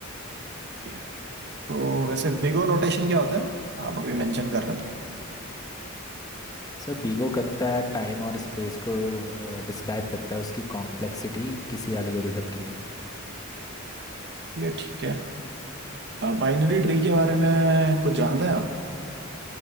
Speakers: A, on the right; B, on the left.
A: जी। तो वैसे बिग ओ नोटेशन क्या होता है आप अभी मेंशन कर रहे थे
B: सर बीगो करता है टाइम और स्पेस को डिस्क्राइब करता है उसकी कॉम्प्लेक्सिटी किसी एल्गोरिदम के लिए
A: ये ठीक है बाइनरी ट्री के बारे में कुछ जानते हैं आप